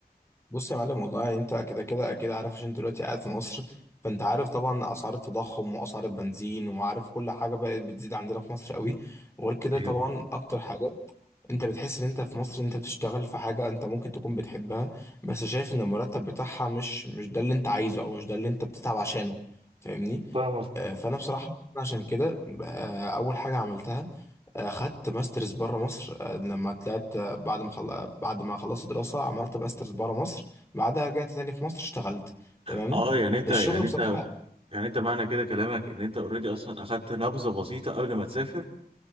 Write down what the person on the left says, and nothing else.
بص يا معلم والله يعني انت كده كده اكيد عارف عشان انت دلوقتي قاعد في مصر فانت عارف طبعا اسعار التضخم واسعار البنزين وعارف كل حاجه بقت بتزيد عندنا في مصر قوي وغير كده
طبعا اكتر حاجات انت بتحس ان انت في مصر انت بتشتغل في حاجة انت ممكن تكون بتحبها بس شايف ان المرتب بتاعها مش مش ده اللي انت عايزه او مش ده اللي انت بتتعب عشانه فاهمني
آه، فانا بصراحة عشان كده آه، اول حاجة عملتها آه، خدت ماسترز بره مصر آه، لما طلعت آه، بعد ما خل... آه، بعد ما خلصت دراسة عملت ماسترز بره مصر بعدها رجعت تاني في مصر اشتغلت تمام
الشغل
بصراحة